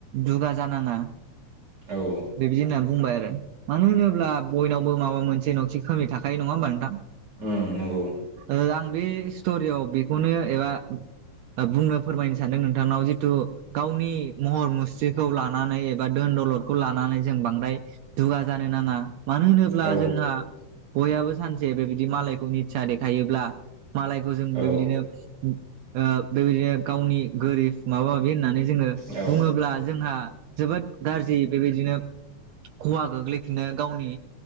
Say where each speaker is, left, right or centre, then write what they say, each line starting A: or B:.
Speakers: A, on the right; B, on the right.
A: दुगा जानाङा
B: औ
A: बे बिदि होननानै बुंबाय आरो मानो होनोब्ला बयनावबो माबा मोनसे न'थिं खोमै थाखायो नङा होमबा नोंथां
B: उम नोंगौ
A: ओ आं बे स्ट'रियाव बेखौनो एबा ओ बुंनो फोरमायनो सानदों नोंथांनाव जिथु गावनि महर मुस्रिखौ लानानै एबा धोन दलदखौ लानानै जों बांद्राय दुगा जानो नाङा मानो होनोब्ला
B: औ
A: जोंहा बयहाबो सानसे बेबिदि मालायखौ निचा देखायोब्ला मालायखौ जों
B: औ
A: बेबिदिनो ओ बेबिदिनो गावनि गोरिब माबा माबि होननानै जोङो
B: औ
A: बुङोब्ला जोंहा जोबोद गाज्रि बेबिदिनो खहा गोग्लैफिननो गावनि